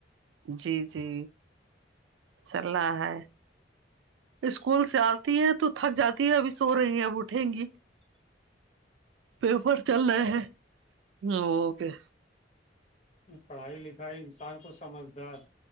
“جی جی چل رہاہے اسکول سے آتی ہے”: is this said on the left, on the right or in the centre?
Right